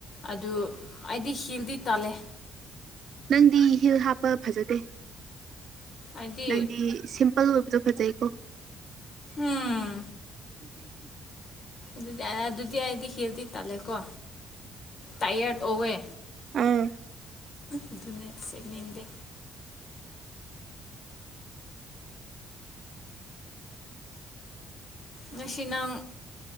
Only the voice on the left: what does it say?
ꯑꯗꯨ ꯑꯩꯗꯤ ꯍꯤꯜꯗꯤ ꯇꯜꯂꯦ
ꯑꯩꯗꯤ
ꯎꯝ ꯆꯗꯦ ꯑꯗꯨꯗꯤ ꯍꯥꯏꯗꯤ ꯍꯦꯜꯗꯤ ꯇꯥꯜꯂꯦꯀꯣ ꯇꯌꯥꯔꯠ ꯑꯣꯋꯦ
ꯑꯗꯨꯅ ꯁꯦꯠꯅꯤꯡꯗꯦ ꯉꯁꯤ ꯅꯪ